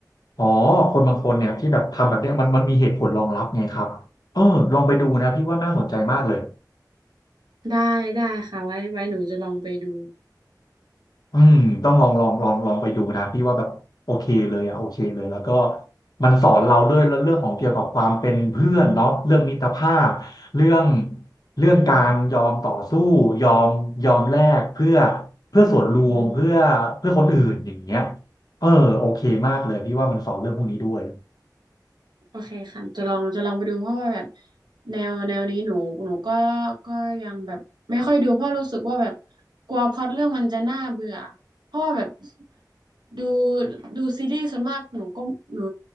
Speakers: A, on the left; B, on the right.
A: อ๋อคนบางคนเนี่ยที่แบบทำแบบเนี้ยมันมันมีเหตุผลรองรับไงครับเออลองไปดูนะพี่ว่าน่าสนใจมากเลย
B: ได้ได้ค่ะไว้ไว้หนูจะลองไปดู
A: อืมต้องลองลองลองลองไปดูนะพี่ว่าแบบโอเคเลยอะโอเคเลยแล้วก็มันสอนเราด้วยเรื่องของเกี่ยวกับความเป็นเพื่อนเนาะเรื่องมิตรภาพเรื่องเรื่องการยอมต่อสู้ยอมยอมแลกเพื่อเพื่อส่วนรวมเพื่อเพื่อคนอื่นอย่างเงี้ย
B: อืม
A: เออโอเคมากเลยพี่ว่ามันสอนเรื่องพวกนี้ด้วย
B: โอเคค่ะจะลองจะลองไปดูเพราะว่าแบบแนวแนวนี้หนูหนูก็ก็ยังแบบไม่ค่อยดูเพราะรู้สึกว่าแบบกลัวพล็อตเรื่องมันจะน่าเบื่อเพราะว่าแบบดูดูซีรีส์ส่วนมากหนูก็หนู